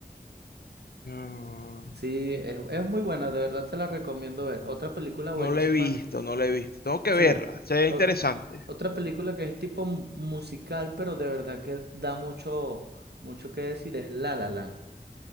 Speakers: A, on the left; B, on the right.
A: No,
B: Sí, es, es muy buena, de verdad te la recomiendo ver. Otra película buenísima,
A: no la he visto, no la he visto. Tengo que
B: sí,
A: verla, se ve
B: o-
A: interesante.
B: otra película que es tipo mu- musical, pero de verdad que da mucho, mucho que decir, es La La Land.